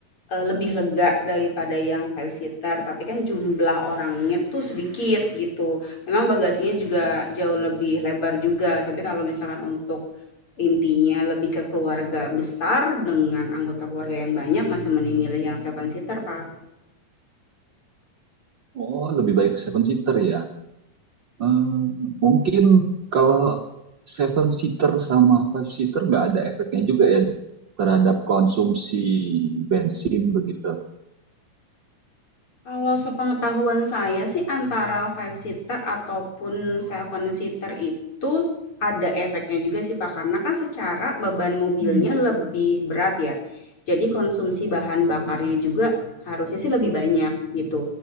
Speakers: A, on the left (about 40°); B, on the right (about 75°).
A: eee, lebih lega daripada yang five seater, tapi kan jumlah orangnya tuh sedikit gitu. Memang bagasinya juga jauh lebih lebar juga, tapi kalau misalkan untuk intinya lebih ke keluarga besar dengan anggota keluarga yang banyak masih mending milih yang seven seater, Pak.
B: Oh, lebih baik seven seater ya. Eh, mungkin kalau seven seater sama five seater nggak ada efeknya juga ya terhadap konsumsi bensin begitu.
A: Kalau sepengetahuan saya sih antara five seater ataupun seven seater itu ada efeknya juga sih Pak, karena kan secara beban mobilnya
B: Hmm.
A: lebih berat ya. Jadi konsumsi bahan bakarnya
B: Hmm.
A: juga harusnya sih lebih banyak gitu.